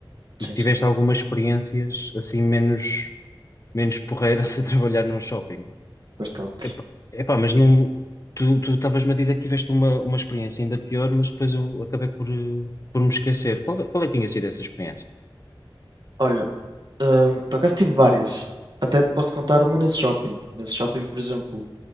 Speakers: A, on the right; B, on the left.
A: Sim,
B: e que tiveste
A: sim.
B: algumas experiências assim menos, menos porreiras <laughs> a trabalhar num shopping.
A: bastante
B: Epá, epá, mas não, tu, tu estavas-me a dizer que tiveste uma, uma experiência ainda pior, mas depois eu acabei por, eh, por me esquecer. Qual, qual é que tinha sido essa experiência?
A: Olha, hum, por acaso tive várias. Até te posso contar uma nesse shopping. Nesse shopping, por exemplo,